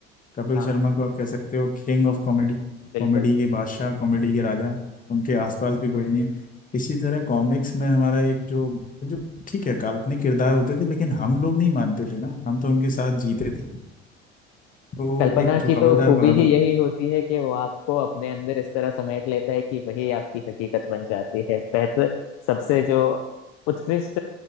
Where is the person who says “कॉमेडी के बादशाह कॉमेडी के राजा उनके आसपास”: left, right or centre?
Left